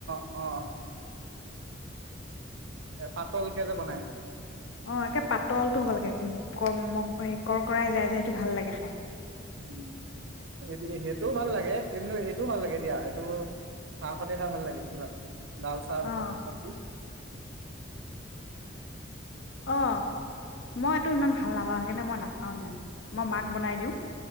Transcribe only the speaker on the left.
অ', একে পাতলটো হ'ব লাগে কমক কৰ্কৰাই যায় যে সেইটো ভাল লাগে খাই।
অ',
অহ মই এইটো ইমান ভাল ভাল নাপাওঁ সেই কাৰণে মই নাখাওঁ ইমান মই মাক বনাই দিওঁ।